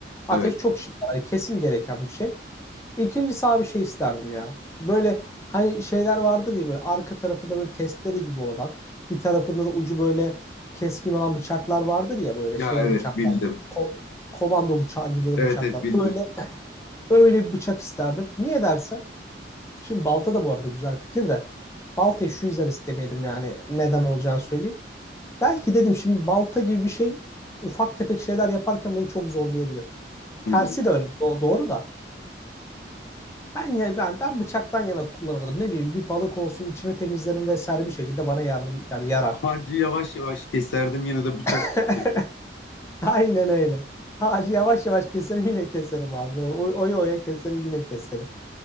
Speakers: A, on the left; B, on the left.
A: Ateş
B: evet.
A: çok işe yarar, kesin gereken bir şey. İkincisi abi şey isterdim ya. Böyle hani şeyler vardır ya böyle arka tarafında böyle testere gibi olan, bir tarafında da ucu böyle keskin olan bıçaklar vardır ya böyle
B: Ya
A: şeyli
B: evet
A: bıçaklar.
B: bildim.
A: Ko- komando bıçağı gibi böyle
B: Evet,
A: bıçaklar.
B: evet bildim.
A: Öyle Öyle bir bıçak isterdim. Niye dersen? Şimdi balta da bu arada güzel fikir de. Baltayı şu yüzden istemedim yani. Neden olacağını söyleyeyim. Belki dedim şimdi balta gibi bir şey ufak tefek şeyler yaparken beni çok zorlayabilir.
B: Hmm.
A: Tersi de ön- do- doğru da. Ben ya ben ben bıçaktan yana kullanırdım. Ne bileyim bir balık olsun içini temizlerim vesaire bir şekilde bana yardım yani yarar.
B: Ağacı yavaş yavaş keserdim yine de bıçak
A: <laughs>
B: keserdim.
A: Aynen öyle. Ağacı yavaş yavaş keserim yine keserim abi. Böyle oy oya oya keserim yine keserim.